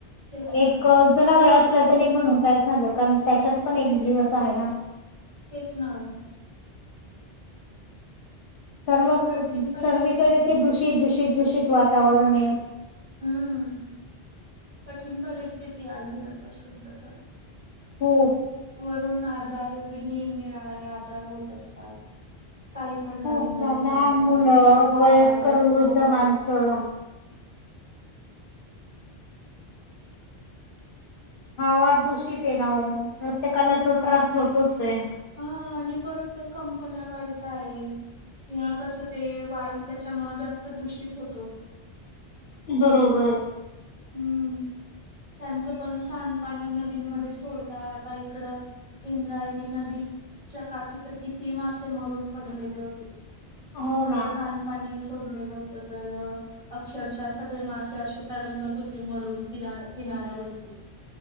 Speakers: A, on the right; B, on the left.
A: तेच ना
B: एक जनावर अस. असल तरी म्हणून काय झालं कारण त्याच्यात पण एक जीवच आहे ना.
A: तेच ना
B: सर्व <unintelligible>
A: कठीण परिस्थिती
B: सर्वीकडे ते दूषित दूषित दूषित वातावरण ये.
A: हम्म कठीण परिस्थिती आली आता सदया तर
B: हो
A: वरून आजार निरनिराळे आजार होत असतात. काही पण नवीन
B: खूप
A: नवीन
B: लहान
A: ऐकायला
B: मुलं
A: येतं, हा
B: वयस्कर
A: व्हायरस
B: वृद्ध
A: तो व्हायरस.
B: माणसं हवा दूषित हे ना ओ. प्रत्येकाला
A: हो ना
B: तो त्रास होतोच, आहे.
A: हा आणि परत कंपन्या वाढताय, ह्या कसं ते वायू त्याच्यामुळं जास्त दूषित होतो.
B: बरोबर
A: हम्म त्यांचं पण सांडपाणी नदींमध्ये सोडता, आता इकडं इंद्रायणी नदीच्या काठी तर किती मासे मरून पडलेले होते.
B: हो
A: सगळं
B: ना
A: घाण पाणी. सोडलेलं होत, तर अक्षरच्या सगळे मासे असे तरंगत हो ते मरुन किना किनाऱ्यावरती.